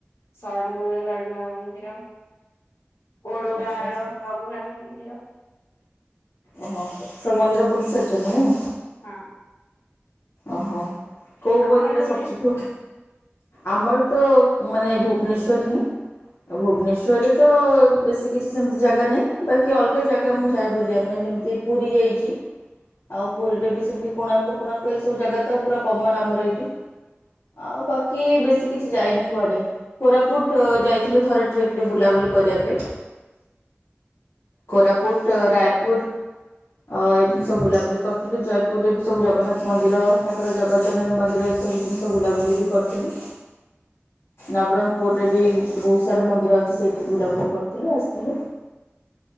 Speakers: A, on the left; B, on the left.
A: ଶରଣକୁଡ଼ ଲଡ଼ୁବାବା ମନ୍ଦିର। ଓଡ
B: ଆଚ୍ଛା
A: ଗାଁ
B: ଆଚ୍ଛା
A: ର ରଘୁନାଥ ମନ୍ଦିର।
B: ଓହୋ ସବୁ ମନ୍ଦିର ବୁଲି ସାରିଛନ୍ତି ନାଇଁ।
A: ହଁ।
B: ଓହୋ କୋଉ
A: ଆପଣ
B: ବନ୍ଦିର
A: କୋଉ
B: ଟା ସବୁଠୁ ଆମର ତ ମାନେ ଭୁବନେଶ୍ଵର ହିଁ। ଆଉ ଭୁବନେଶ୍ୱରରେ ତ ବେଶୀ କିଛି ସେମତି ଜାଗା ନାହିଁ। ବାକି ଅଲଗା ଜାଗା ମୁଁ ଯାଏ ବୁଲିବା ପାଇଁ। ଯେମିତି ପୁରୀ ଯାଇଚି। ଆଉ ପୁରୀରେ ବି ସେମିତି କୋଣାର୍କ ଫୋଣାର୍ ଏଇ ସବୁ ଜାଗା ତ ପୁରା କମନ ଆମର ଏଇଠି। ଆଉ ବା କି
A: ଡିଷ୍ଟ୍ରିକ୍ଟ?
B: ବେଶୀ କିଛି ଯାଇନି କୁଆଡେ। କୋରାପୁଟ ଯାଇଥିଲୁ ଥରେ ଟ୍ରିପରେ ବୁଲାବୁଲି କରିବା ପାଇଁ। କୋରାପୁଟ ରାୟପୁ ପୁର ଅ ସବୁ ବୁଲାବୁଲି କରିଥିଲୁ। ଜୟପୁରରେ ବି ସବୁ ଜଗନ୍ନାଥ ମନ୍ଦିର ତାଙ୍କର ଜଗତଜନନୀ ମନ୍ଦିର ଏସବୁ ଜିନିଷ ବୁଲାବୁଲି ବି କରିଥିଲୁ। ନବରଙ୍ଗପୁର। ରେ ବି ବହୁତ ସାରା ମନ୍ଦିର ଅଛି ସେଇଠି ବୁଲାବୁଲି କରିଥିଲୁ ଆସିଥିଲୁ।